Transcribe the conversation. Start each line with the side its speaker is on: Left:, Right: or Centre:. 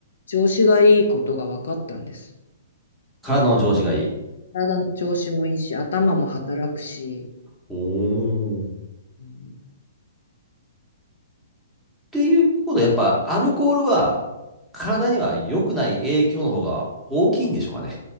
Left: 調子がいいことが分かったんです。
Centre: 体の調子がいい。っ
Left: 体の調子もいいし、頭も働くし、
Centre: おっ
Left: うん
Centre: ていうことは、やっぱアルコールは体には良くない影響の方が大きいんでしょうかね。